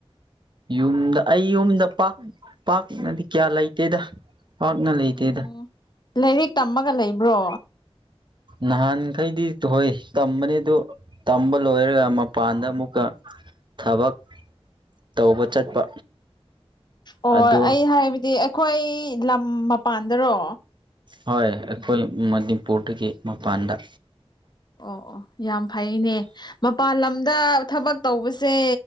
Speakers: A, on the right (about 45°); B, on the left (about 40°).
A: ꯌꯨꯝꯗ ꯑꯩ ꯌꯨꯝꯗ ꯄꯥꯛ ꯄꯥꯛꯅꯗꯤ ꯀꯌꯥ ꯂꯩꯇꯦꯗ ꯄꯥꯛꯅ ꯂꯩꯇꯦꯗ
B: ꯎꯝ ꯂꯥꯏꯔꯤꯛ ꯇꯝꯃꯒ ꯂꯩꯕ꯭ꯔꯣ
A: ꯅꯍꯥꯟꯈꯩꯗꯤ ꯍꯣꯏ ꯇꯝꯕꯅꯦ ꯑꯗꯨ ꯇꯝꯕ ꯂꯣꯏꯔꯒ ꯃꯄꯥꯟꯗ ꯑꯃꯨꯛꯀ ꯊꯕꯛ ꯇꯧꯕ ꯆꯠꯄ
B: ꯑꯣ
A: ꯑꯗꯨ
B: ꯑꯩ ꯍꯥꯏꯕꯗꯤ ꯑꯩꯈꯣꯏ ꯂꯝ ꯃꯄꯥꯟꯗꯔꯣ
A: ꯍꯣꯏ ꯑꯩꯈꯣꯏ ꯃꯅꯤꯄꯨꯔꯗꯒꯤ ꯃꯄꯥꯟꯗ
B: ꯑꯣ ꯑꯣ ꯌꯥꯝ ꯐꯩꯅꯦ ꯃꯄꯜ ꯂꯝꯗ ꯊꯕꯛ ꯇꯧꯕꯁꯦ